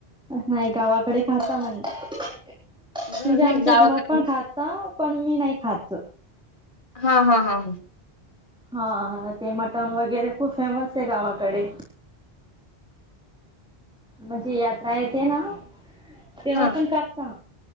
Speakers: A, in the centre; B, on the left.
A: नाही गावाकडे खातात म्हण म्हणजे
B: हा नाही
A: आमच्या
B: गावाकडे
A: घरात पण खातात पण मी नाही खात
B: हा हा हा हा
A: हा ते मटण वगैरे खूप फेमस आहे गावाकडे म्हणजे यात्रा येते ना तेव्हा
B: हा
A: पण कापता